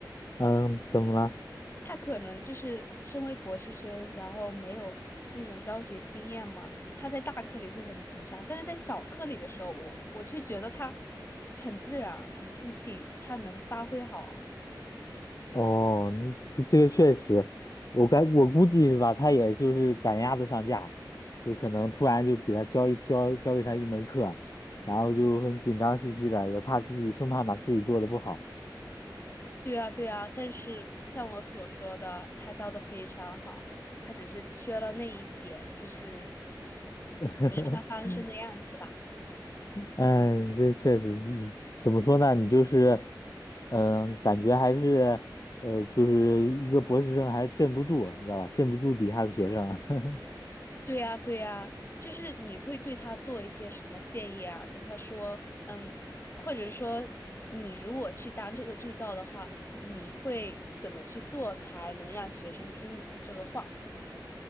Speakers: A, on the left; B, on the left.
A: 嗯，怎么了？
B: 他可能就是身为博士生，然后没有那种教学经验嘛，他在大课里会很紧张，但是在小课里的时候，我我却觉得他很自然、很自信，他能发挥好。
A: 哦，嗯这这个确实，我该我估计是吧，他也就是赶鸭子上架，就可能突然就给他教一教教给他一门课，然后就很紧张兮兮的，也怕自己生怕把自己做的不好。
B: 对啊，对啊，但是像我所说的，他教的非常好，他只是缺了那一点，就是
A: <laughs>
B: 让他翻身的样子吧。
A: 嗯，这确实，你怎么说呢？你就是，嗯，感觉还是呃，就是一个博士生还是镇不住，你知道吧？镇不住底下的学生。<laughs>
B: 对呀，对呀，就是你会对他做一些什么建议啊？跟他说，嗯，或者是说，你如果去当这个助教的话，你会怎么去做才能让学生听你的这个话？